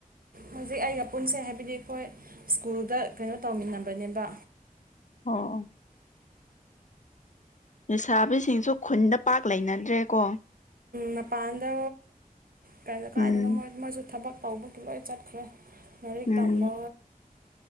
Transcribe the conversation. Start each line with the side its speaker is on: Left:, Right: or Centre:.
Right: ꯍꯧꯖꯤꯛ ꯑꯩꯒ ꯄꯨꯟꯁꯦ ꯍꯥꯏꯕꯗꯤ ꯑꯩꯈꯣꯏ ꯁ꯭ꯀꯨꯜꯗ ꯀꯩꯅꯣ ꯇꯧꯃꯤꯟꯅꯕꯅꯦꯕ
Left: ꯑꯣ ꯂꯩꯁꯥꯕꯤꯁꯤꯡꯁꯨ ꯈꯨꯟꯗ ꯄꯥꯛ ꯂꯩꯅꯗ꯭ꯔꯦꯀꯣ
Right: ꯃꯄꯥꯟꯗ ꯀꯩꯅꯣ ꯀꯥꯏꯗꯅꯣ
Left: ꯎꯝ
Right: ꯃꯣꯏ ꯃꯣꯏꯁꯨ ꯊꯕꯛ ꯇꯧꯕꯒꯤ ꯂꯣꯏ ꯆꯠꯈ꯭ꯔꯦ ꯂꯥꯏꯔꯤꯛ
Left: ꯎꯝ
Right: ꯇꯝꯕ